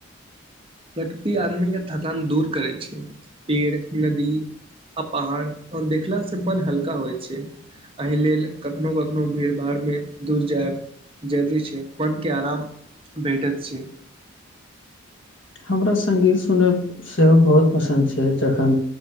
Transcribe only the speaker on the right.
प्रकृति आदमीके थकान दूर करै छै पेड़ नदी आ पहाड़ देखलास से मन हल्का होइ छै एहि लेल कखनो कखनो भीड़ भाड़मे दूर जायब जरूरी छै अपन के आराम भेटत छै